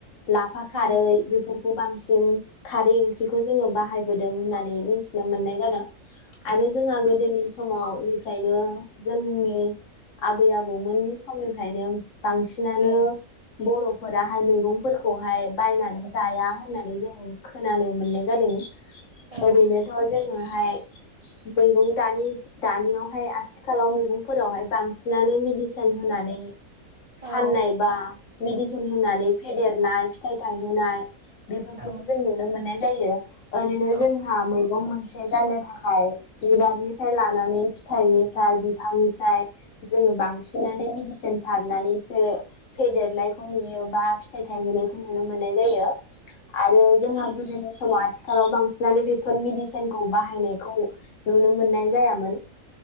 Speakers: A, on the left; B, on the right.
A: लाफा खारै
B: औ
A: बेफोरखौ बांसिन खारै ओंख्रिखौ जोङो बाहायबोदों होननानै मिथिनो मोननाय जादों आरो जोंहा गोदोनि समावनिफ्रायनो जोंनि आबै आबौमोननि समनिफ्रायनो बांसिनानो
B: औ
A: बर'फोराहाय मैगंफोरखौहाय बायनानै जाया होननानै जों खोनानो मोननाय जादों
B: औ
A: ओरैनोथ' जोङोहाय मैगं द दानियावहाय आ आथिखालाव मैगंफोरावहाय बांसिनानो मेडिसिन होनानै फाननाय
B: औ
A: बा मेडिसिन होनानै फेदेरनाय फिथाइ थायहोनाय बेफोरखौसो
B: औ
A: जों नुनो मोननाय जायो ओरैनो
B: औ
A: जोंहा मैगं मोनसे जानो थाखाय बिबारनिफ्राय लानानै फिथाइ फ्राय बिफांनिफ्राय जोङो बांसिनानो मेडिसिन सारनानैसो फेदेरनायखौ नुयो बा फिथाइ थायहोनायखौ नुनो मोननाय जायो आरो जोंहा गोदोनि समाज खालाव बांसिनानो बेफोर मेडिसिनखौ बाहायनायखौ नुनो मोननाय जायामोन